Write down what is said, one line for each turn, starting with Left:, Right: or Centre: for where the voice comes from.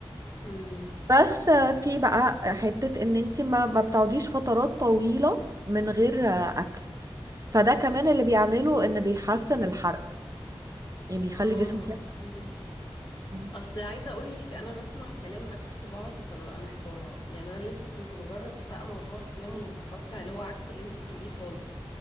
Left: أمم.
Right: بس آه، في بقى حته ان انت ما ما بتقعديش فترات طويله من غير آه، اكل فده كمان اللي بيعمله ان بيحسن الحرق يعني بيخلي
Left: اه
Right: جسمك يحرق
Left: اوكي
Right: مم.
Left: اصل عايزه اقول لك انا بسمع كلام عكس بعض فببقى محتاره يعني انا لسه كنت بجرب بقى موضوع الصيام المتقطع اللي هو عكس اللي انتي بتقوليه خالص